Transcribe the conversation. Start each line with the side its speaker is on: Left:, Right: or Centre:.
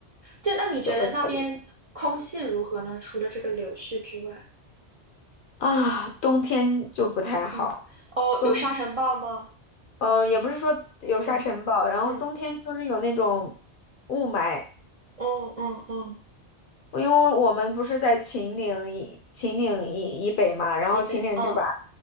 Right: 就那你觉得那边空气如何呢？
Left: 就会特别
Right: 除了这个柳絮之外，
Left: 啊，冬天就不太好，
Right: 嗯，哦，
Left: 冬。
Right: 有沙尘暴吗？
Left: 嗯、呃也不是说有沙尘暴，
Right: 嗯
Left: 然后冬天就是有那种雾霾，
Right: 嗯嗯嗯嗯，
Left: 因为我们不是在秦岭以秦岭以以北嘛，然后秦岭就把
Right: 以北，嗯